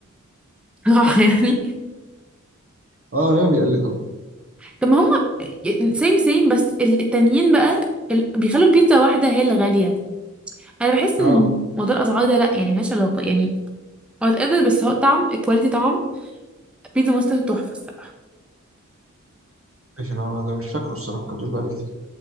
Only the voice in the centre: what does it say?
<laughs> يعني
طب ما هم سيم سيم بس ال- التانيين بقى ال... بيخلوا البيتزا واحدة هي اللي غالية انا بحس
ان موضوع الاسعار ده لا يعني ملهاش علاقة يعني وات ايفر بس هو الطعم الكواليتي طعم بيتزا ماستر تحفة الصراحة